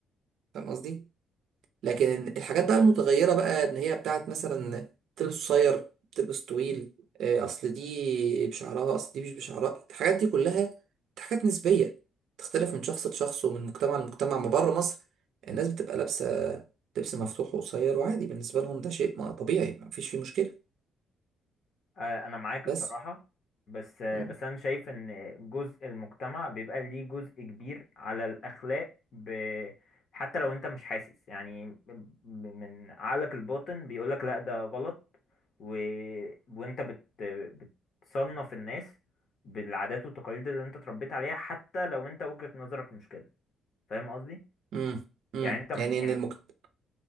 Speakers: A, on the right; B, on the left.
A: فاهم قصدي لكن الحاجات بقى المتغيرة بقى ان هي بتاعت مثلا تلبس قصير تلبس طويل آه، اصل دي بشعرها اصل دي مش بشعرها الحاجات دي كلها حاجات نسبية تختلف من شخص لشخص ومن مجتمع لمجتمع ما بره مصر الناس بتبقى لابسة لبس مفتوح وقصير وعادي بالنسبة لهم ده شيء ما- طبيعي ما فيش فيه مشكلة
B: آه، انا معاك
A: بس
B: الصراحه بس آه،
A: مم.
B: بس انا شايف ان جزء المجتمع بيبقى ليه جزء كبير على الاخلاق ب... حتى لو انت مش حاسس يعني ب- من عقلك الباطن بيقولك لا ده غلط و... وانت بت... بتصنف الناس بالعادات والتقاليد اللي انت اتربيت عليها حتى لو انت وجهة نظرك مش كده فاهم قصدي
A: مم. مم.
B: يعني انت م-
A: يعني
B: يعني
A: ان المجت-